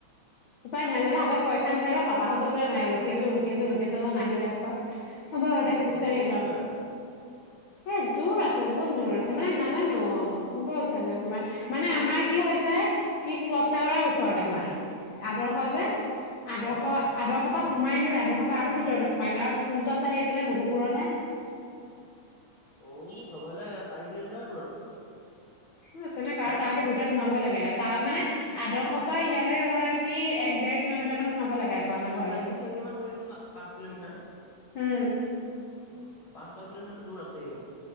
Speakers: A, on the left (about 75°); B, on the left (about 60°).
A: উপায় নাই যদি হাতত পইচা নাথাকিব পাপাহঁতো বোলে নাই ৰখি আছো ৰখি আছো ৰখি আছো নাহিলে পাপা হ'ব আৰু
B: এনেই
A: দে, খোজ কাঢ়িয়ে
B: কেই কিলোমিটাৰ
A: যাও।
B: হয় তাত
A: এ দূৰ আছে, বহুত দূৰ আছে, মানে নাজানো হ'ব <unintelligible> তোমাৰ,
B: এ
A: মানে
B: তিনি কিলোমিটাৰ
A: আমাৰ কি হৈছে, কি ক্লক টাৱাৰ <unintelligible> আমাৰ। আদৰ্শ যে, আদৰ্শ-আদৰ্শ
B: অ অ
A: পৰা সোমাই আহি আদৰ্শপা আৰু ভিতৰতে সোমাই আহিলে আৰু স্কুলতো আছে সেইফালে মধু <unintelligible>
B: অও, তবলে চাৰি কিলোমিটাৰ দূৰ আছে।
A: অ', তেনেকুৱা
B: চাৰি
A: আৰু তাৰুকে
B: পাঁচ কিলো
A: ভিতৰত সোমাব লাগে, তাৰ মানে আদৰ্শৰ পৰা ইয়ালৈ ধৰা কি দেৰ কিলোমিটাৰ মান সোমাব লাগে। আকৌ আমাৰ
B: অ',
A: ঘৰলে
B: টানি টানি সেইমান ধৰি লৈছো চোৱা, পাঁচ কিলোমিটাৰ। অ',
A: উম
B: পাঁচ ছয় কিলোমিট <unintelligible> দূৰ আছে এইটো।